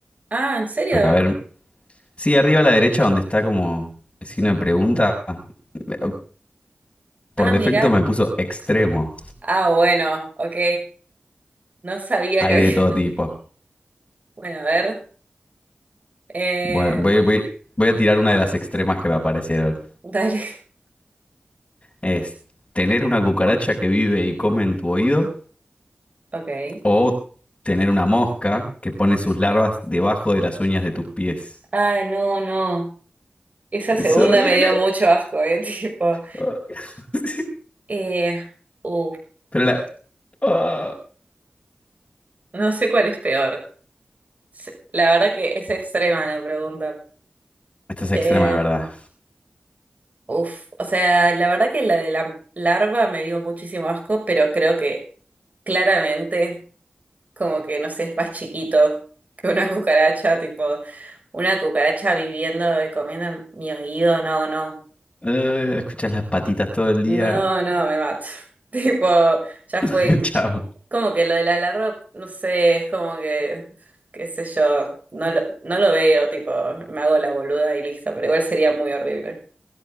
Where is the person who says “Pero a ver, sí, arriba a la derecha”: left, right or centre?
Left